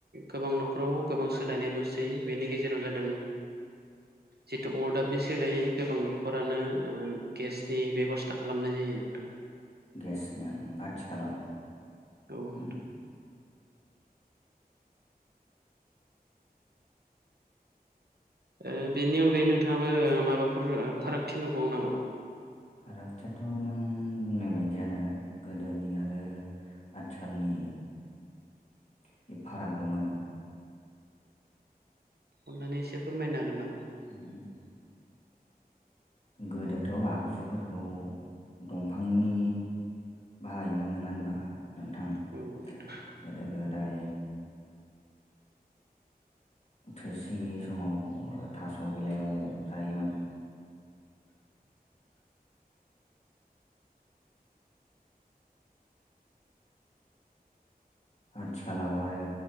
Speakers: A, on the right; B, on the left.
A: गोबां न'खराव गोबां सोलायनाय नुसै, बेनि गेजेराव जादों
B: <unintelligible>
A: जिथु अरदाबनि सोलायै गोबां न'खरानो ओ गेसनि बेब'स्था खालामनाय जायो नोंथां।
B: गेसनि ओं आथिखालाव
A: औ
B: उम
A: नोंथां। ओ बेनि अनगायै नोंथाङाबो माबाफोर फारागथि नुबावो नामा?
B: फारागथियाथ' नों बुंनाय बायदियानो गोदोनि आरो आथिखालनि बे फाराग दङो।
A: अननानै एसे फोरमायनो हागोन नामा?
B: हम गोदोथ' आगजुफोरखौ दंफांनि बाहायोमोन नङा होनबा नोंथां?
A: औ नोंथां।
B: गोदो गोदाय थोरसि गैयि समाव थास' बिलाइयाव जायोमोन। आथिखालाव आरो